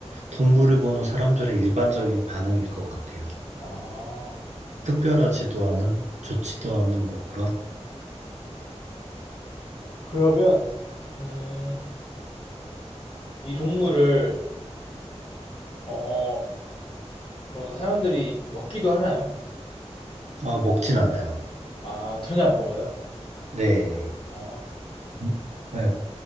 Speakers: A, on the right; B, on the left.
A: 동물을 보는 사람들의 일반적인 반응일 것 같아요.
B: 아,
A: 특별하지도 않은, 좋지도 않은 뭐 그런,
B: 그러면, 음, 이 동물을, 어, 뭐랄까, 사람들이 먹기도 하나요?
A: 아, 먹진 않아요.
B: 아, 전혀 안 먹어요?
A: 네.
B: 아,
A: 음, 네,